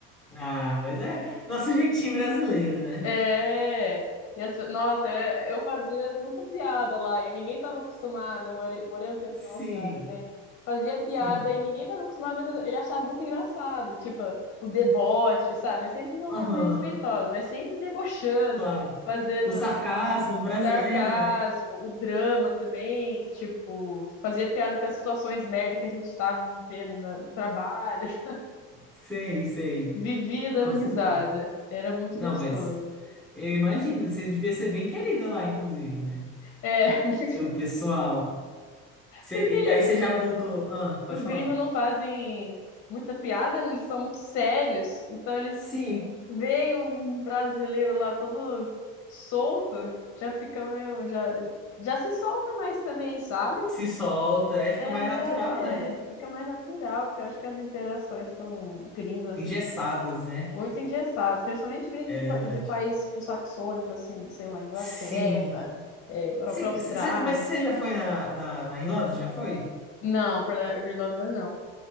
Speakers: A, in the centre; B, on the left.
A: Ah, mas é nosso jeitinho brasileiro, né?
B: É. E as pe- nossa, é- eu fazia muita piada lá e ninguém estava acostumado. Eu morei, morei um tempo
A: Sim,
B: na Austrália, né? Fazia piada
A: sim.
B: e ninguém estava acostumado, mas ele achava muito engraçado, tipo, o deboche, sabe? Mas sempre de uma
A: Aham.
B: forma respeitosa, mas sempre debochando,
A: Claro.
B: fazendo
A: O sarcasmo brasileiro,
B: sarcasmo,
A: né?
B: o drama também, tipo, fazia piada com as situações merda que a gente estava vivendo na- no trabalho, <laughs>
A: Sei, sei.
B: vivia dando
A: Com
B: risada.
A: certeza.
B: Era muito
A: Não,
B: gostoso.
A: mas eu imagino,
B: assim.
A: você devia ser bem querida lá, inclusive, né?
B: É, <laughs>
A: Pelo pessoal. Você-
B: porque
A: e aí você já voltou. Ah, pode
B: os
A: falar.
B: gringos não fazem muita piada, né? Eles são muito sérios. Então eles
A: Sim,
B: veem um brasileiro lá todo solto, já fica meio, já, já se solta mais também, sabe?
A: se solta, é, fica
B: É,
A: mais natural, né?
B: fica mais natural, porque eu acho que as interações com gringos, assim,
A: Engessadas, né?
B: muito engessados, principalmente gringos
A: É
B: de, pla-
A: verdade.
B: de país tipo, saxônico, assim, sei lá, Inglaterra,
A: Sim.
B: é, para
A: Sim,
B: Austrália.
A: cê- cê- mas você já foi na, na, na Irlanda? Já foi?
B: Não, para Irlanda não.